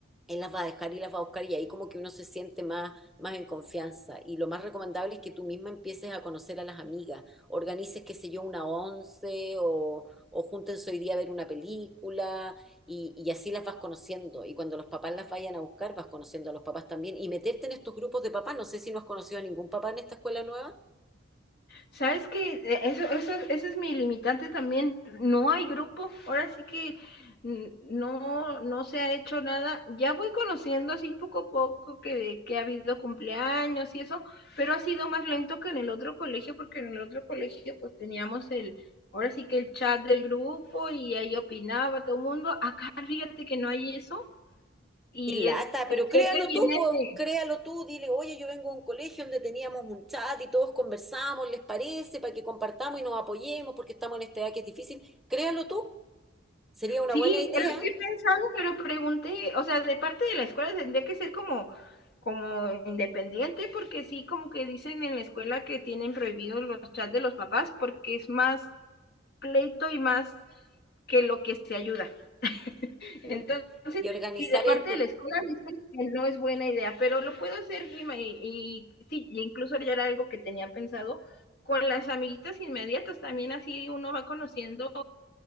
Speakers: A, in the centre; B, on the left (about 55°).
A: él las va a dejar y las va a buscar y ahí como que uno se siente más, más en confianza. Y lo más recomendable es que tú misma empieces a conocer a las amigas, organices, qué sé yo, una once o, o júntense hoy día a ver una película y, y así las vas conociendo. Y cuando los papás las vayan a buscar, vas conociendo a los papás también. Y meterte en estos grupos de papás. No sé si no has conocido a ningún papá en esta escuela nueva.
B: ¿Sabes qué? E, Eso, eso, ese es mi limitante también. No hay grupo. Ahora sí que mm, no, no se ha hecho nada. Ya voy conociendo así poco a poco que, que ha habido cumpleaños y eso, pero ha sido más lento que en el otro colegio, porque en el otro colegio pues teníamos el, ahora sí que el chat del grupo y ahí opinaba todo el mundo. Acá fíjate que no hay eso. Y
A: Y lata,
B: este,
A: pero
B: creo
A: créalo
B: que viene
A: tú, po,
B: de,
A: créalo tú, dile, oye, yo vengo de un colegio donde teníamos un chat y todos conversamos, ¿les parece? Para que compartamos y nos apoyemos porque estamos en esta edad que es difícil. Créalo tú, sería una
B: Sí,
A: buena idea.
B: es lo que he pensado, pero pregunté, o sea, de parte de la escuela tendría que ser como, como independiente, porque sí, como que dicen en la escuela que tienen prohibidos los chats de los papás, porque es más pleito y más que lo que se ayuda.
A: Puta.
B: Entonces,
A: Y organizar
B: si de parte
A: en tu,
B: de la escuela dicen que no es buena idea, pero lo puedo hacer y, y, y sí, y incluso ya era algo que tenía pensado con las amiguitas inmediatas, también así uno va conociendo